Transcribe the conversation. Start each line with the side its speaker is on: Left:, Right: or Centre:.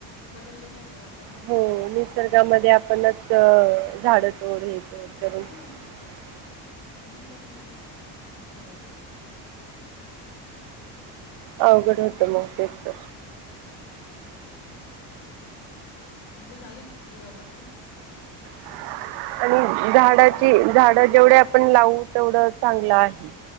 Left: बदललेलं आहे ते वातावरण
Right: हो
Left: माणसावर
Right: निसर्गामध्ये आपणच झाड तोड <unintelligible>
Left: हां म्हणून तर मग हे होतं.
Right: अवघड होतं मग तेच तर.
Left: तुमचं झालं दिवाबत्ती?
Right: ह आणि झाडाची झाडं जेवढे आपण लावू तेवढं चांगलं आहे.